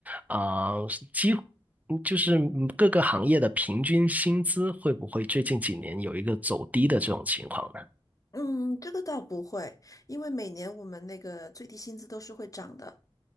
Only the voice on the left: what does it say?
嗯，这个倒不会，因为每年我们那个最低薪资都是会涨的，